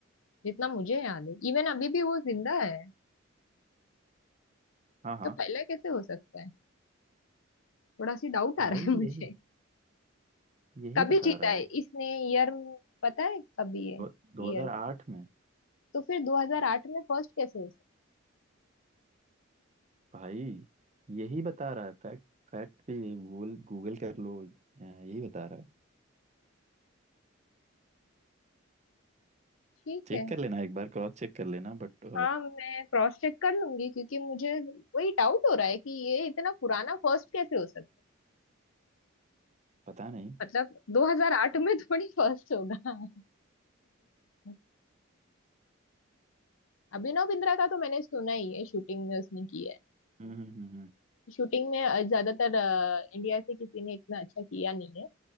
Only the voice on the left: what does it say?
जितना मुझे याद है इवन अभी भी वो जिंदा है
तो पहले कैसे हो सकता है थोड़ा सी डाउट आ
रहा है मुझे
कभी
जीता
है
इसने ईयर पता है कभी है
ईयर
तो फिर 2008 में फर्स्ट कैसे हो सकता
ठीक
है
हाँ मैं क्रॉस चेक कर लूंगी क्योंकि मुझे वही डाउट हो रहा है कि ये इतना पुराना फर्स्ट कैसे हो सकता
है मतलब 2008 में थोड़ी फर्स्ट होगा <laughs> अभिनव बिंद्रा का तो मैंने सुना ही है शूटिंग में उसने किया है
शूटिंग में अ, ज्यादातर अ, इंडिया से किसी ने इतना अच्छा किया नहीं है